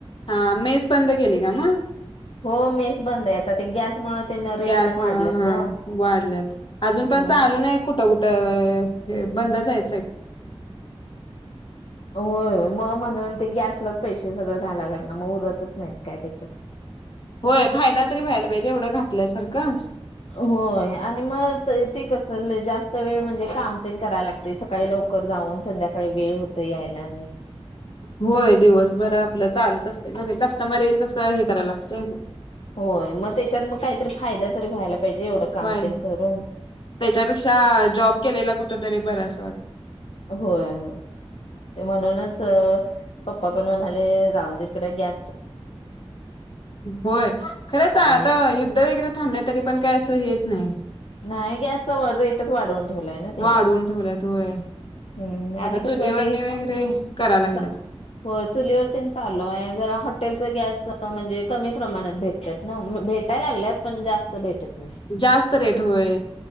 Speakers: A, on the left; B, on the left.
A: हा मेस बंद केली का मग.
B: हो मेस बंदय आता ते गॅस मुळे तेन रेट
A: गॅस
B: तेन
A: हा
B: वाढलेत ना.
A: वाढल्यात अजून पण
B: अं
A: चालू न्हय कुठ कुठ अ बंदच अय.
B: होय मग म्हणून ते गॅस. त्यालाच पैशे सगळं घालायला लागणार मग उरतच न्हय काय त्याच्यात.
A: होय फायदा तरी व्हायला पाहिजे एवढं घातल्यासारखं.
B: होय आणि मग त ते कस लय जास्त वेळ म्हणजे काम तेन कराय लागतय सकाळी लव लवकर जाऊन संध्याकाळी वेळ होतय यायला आणि.
A: होय दिवसाभर आपलं चालूच असतय कस्टमर येईल तस हे. करायला लागतंय
B: होय मग त्याच्यात मग कायतर फायदा तरी व्हायला पाहिजे एवढं काम
A: व्हय
B: तेन करून
A: त्याच्यापेक्षा जॉब केलेला कुठतरी बर अस वाटतय.
B: होय. ते म्हणूनच पप्पा पण म्हणाले जाऊदरकडे ग्या
A: होय खरंच
B: अ
A: आता युद्ध वगैरे थांबलं तरी पण काही असं हेच नाही.
B: नाही गॅसचा रेटच वाढवून ठेवलाय ना त्यांनी.
A: वाढवून ठेवल्यात होय
B: हम्म आणि
A: आता
B: कस
A: चुलीवरणी
B: ते
A: वगैरे करायला लागल्यात
B: चा चुलीवरती चालू आहे, जरा हॉटेल. त गॅस म्हणजे कमी प्रमाणात भेटत भेटायला लागल्यात पण जास्त भेटत नाही.
A: जास्त रेट होय